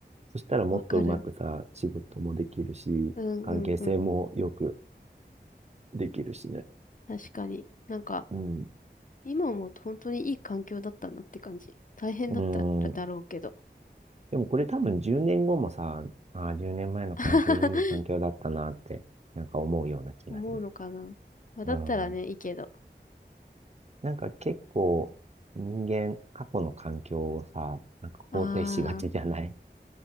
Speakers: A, on the right; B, on the left.
A: そしたらもっとうまくさ、
B: わかる。
A: 仕事もできるし、
B: うんうんうん。
A: 関係性もよくできるしね。
B: 確かに。なんか、
A: うん。
B: 今思うと本当にいい環境だったなって感じ。大変だったらだろうけど。
A: うん。でもこれ多分10年後もさ、ああ、10年前の環境いい環境だったなって、
B: <laughs>
A: なんか思うような気がする。
B: 思うのかな。まあ、だったらね、
A: うん。
B: いいけど。
A: なんか結構人間、過去の環境をさ、なんか肯定しがちじゃない
B: ああ。